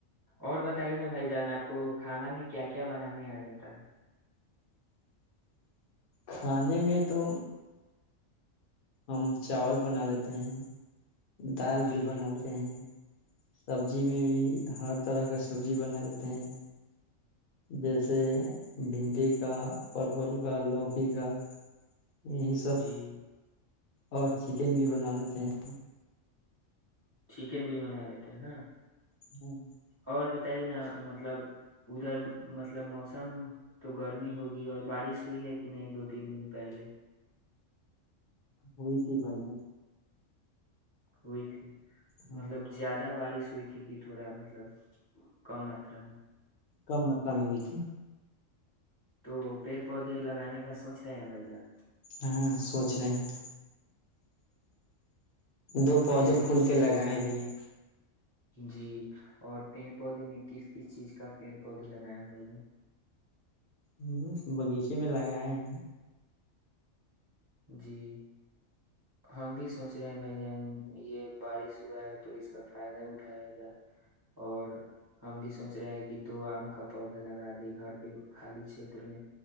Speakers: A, on the right; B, on the left.
A: اور بتائیے نا بھائی جان آپ کو کھانا میں کیا کیا بنانے آ جاتا ہے
B: کھانے میں تو ہم چاول بنا لیتے ہیں دال
A: ہے جی
B: بھی بنا رہے ہیں سبزی میں بھی ہر طرح کا سبزی بنا لیتے ہیں جیسے بھنڈی کا پرول کا لوکی کا یہ سب
A: جی
B: اور چکن بھی بنا لیتے ہیں
A: چکن بھی بنا لیتے ہیں نا
B: ہاں
A: اور بتائیے نا مطلب ادھر مطلب موسم تو گرمی ہوگی اور بارش ہوئی ہے کہ نہیں دو تین دن پہلے
B: ہوئی تھی بھائی
A: ہوئی تھی
B: ہاں
A: مطلب زیادہ بارش سوئی تھی کہ تھوڑا مطلب کم ماترا میں
B: کم ماترا میں ہوئی تھ
A: تو پیڑ پودے لگانے کا سوچ رہے ہیں بھائی جان
B: ہاں سوچ رہے ہیں دو پودے
A: کس
B: پھول
A: کس
B: کے
A: چیز
B: لگائے
A: کا
B: بھی ہیں
A: جی اور پیڑ پودے میں کس کس چیز کا پیڑ پودے لگائے ہیں بھائی ج
B: ہ باغیچے میں لگ آئے ہیں
A: جی ہم بھی سوچ رہے ہیں بھائی جان یہ بارش ہوا ہے تو اس کا فائدہ اٹھایا جائے اور ہم بھی سوچ رہے ہیں کہ دو آم کا پودا لگا دے گھر کے خالی چھیت میں